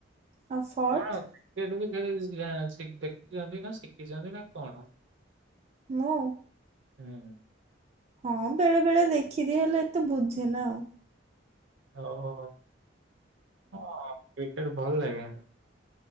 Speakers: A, on the right; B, on the right.
A: ଆଉ ଫର୍ଟ?
B: ଆପଣ କ୍ରିକେଟ୍ ବି ଖେଳିଆ <unintelligible> ଶିଖ୍ ଦେଖ୍ ଦେଖିଛନ୍ତି ନା ଶିଖିଛନ୍ତି ନା କଣ?
A: ମୁଁ?
B: ହୁଁ।
A: ହଁ ବେଳେ ବେଳେ ଦେଖି ଦିଏ ହେଲେ ଏତେ ବୁଝେନା ଆଉ।
B: ଓ ହୋ ହଁ କ୍ରିକେଟ୍ ଭଲ ଲାଗେନି।